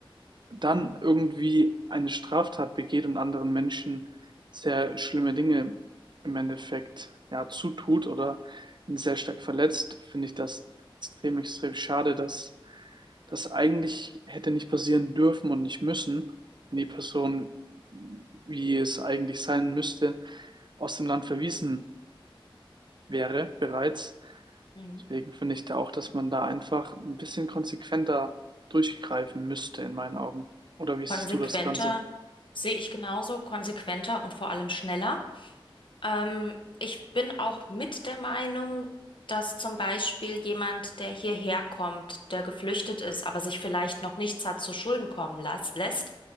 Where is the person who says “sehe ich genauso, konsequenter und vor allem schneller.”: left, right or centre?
Left